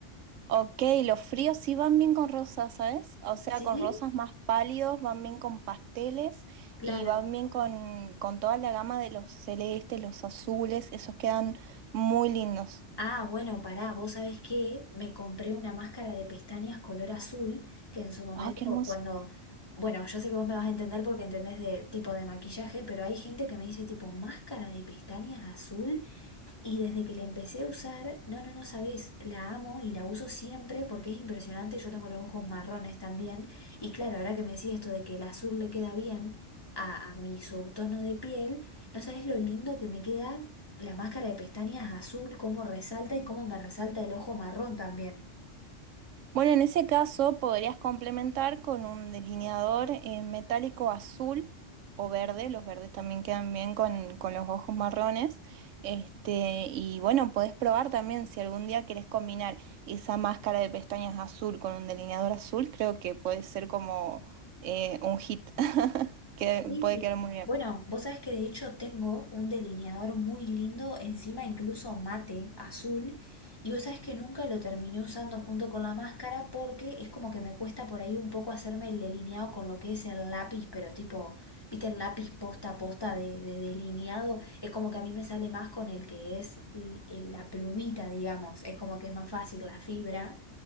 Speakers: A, on the right; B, on the left.
A: Ok, los fríos sí van bien con rosas, ¿sabes? O sea,
B: ¿Sí?
A: con rosas más pálidos, van bien con pasteles
B: Claro.
A: y van bien con, con toda la gama de los celestes, los azules, esos quedan muy lindos.
B: Ah, bueno, pará, vos sabés que me compré una máscara de pestañas color azul, que en su momento
A: ¡Ah, qué hermoso!
B: cuando, bueno, yo sé que vos me vas a entender porque entendés de tipo de maquillaje, pero hay gente que me dice tipo máscara de pestañas azul Y desde que la empecé a usar, no, no, no sabés, la amo y la uso siempre porque es impresionante. Yo tengo los ojos marrones también. Y claro, ahora que me decís esto de que el azul le queda bien a, a mi subtono de piel, no sabés lo lindo que me queda la máscara de pestañas azul, cómo resalta y cómo me resalta el ojo marrón también.
A: Bueno, en ese caso podrías complementar con un delineador eh, metálico azul o verde, los verdes también quedan bien con, con los ojos marrones. Este, y bueno, podés probar también si algún día querés combinar esa máscara de pestañas azul con un delineador azul, creo que puede ser como eh, un hit, <laughs> que
B: Sí.
A: puede quedar muy bien.
B: Bueno, vos sabés que de hecho tengo un delineador muy lindo, encima incluso mate, azul, y vos sabés que nunca lo terminé usando junto con la máscara porque es como que me cuesta por ahí un poco hacerme el delineado con lo que es el lápiz, pero tipo, viste el lápiz posta a posta de, de delineado, es como que a mí me sale más con el que es l- eh, la plumita, digamos, es como que es más fácil la fibra.